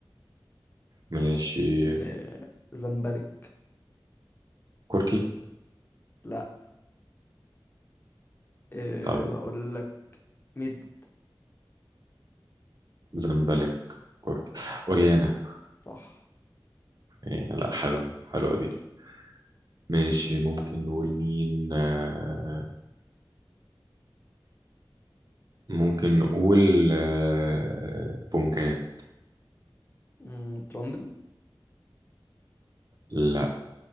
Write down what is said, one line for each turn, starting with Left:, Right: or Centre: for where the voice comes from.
Right: ماشي
Left: آه، زمبلك
Right: كوركي
Left: لا أه
Right: طب
Left: هقول لك مد
Right: زمبلك كورك وريانا
Left: صح
Right: إيه، لا حلوة حلوة دي ماشي ممكن نقول مين آه، ممكن نقول آه، بونكات
Left: مم، ترندل
Right: لا